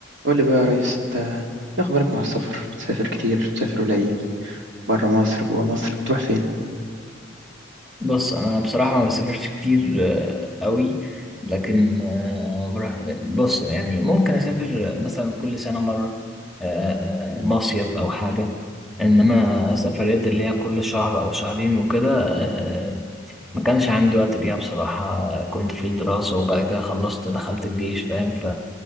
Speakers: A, on the right (about 60°); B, in the centre.
A: قول لي بقى يا ريس انت ايه اخبارك مع السفر بتسافر كتير بتسافر قليل بره مصر جوه مصر بتروح فين
B: بص انا بصراحه ما بسافرش كتير آه، قوي لكن آه، بروح بص يعني ممكن اسافر مثلا كل سنه مره آه، مصيف او حاجه انما سفريات اللي هي كل شهر او شهرين وكده آه، ما كانش عندي وقت ليها بصراحه كنت في الدراسه وبعد كده خلصت دخلت الجيش فاهم ف